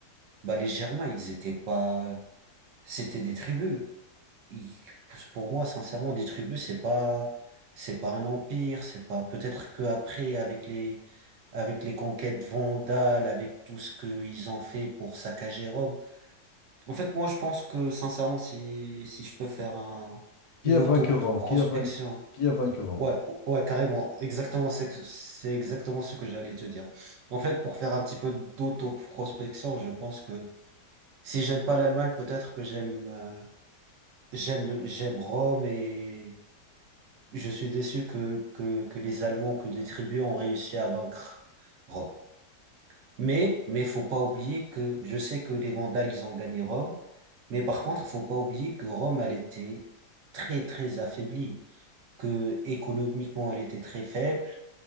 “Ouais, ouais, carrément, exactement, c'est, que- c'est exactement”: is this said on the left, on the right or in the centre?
Right